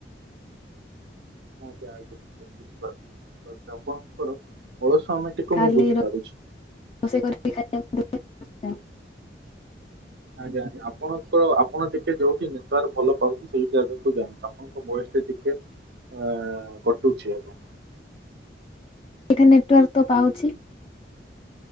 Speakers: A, on the right; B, on the left.
A: ଆଜ୍ଞା ଆଜ୍ଞା ବୁଝିପାରୁଛ ବୁଝିପାରୁଛ ଆପଣଙ୍କର <unintelligible> ସମେଟିକୁ
B: ଖାଲି
A: ମୁଁ ବୁଝିପାରୁୁଛି।
B: ରୋଷେଇ <inaudible>
A: ଆଜ୍ଞା ଆଜ୍ଞା ଆପଣଙ୍କର ଆପଣ ଟିକେ ଯୋଉଠି ନେଟୱାର୍କ ଭଲ ପାଉଛି ସେଇ ଜାଗାକୁ ଯାଆନ୍ତୁ ଆପଣଙ୍କ ବଏସ ସେ ଟିକେ ଏ କଟୁଚି ଆପଣ
B: ଏଠା ନେଟୱାର୍କ ତ ପାଉଛି।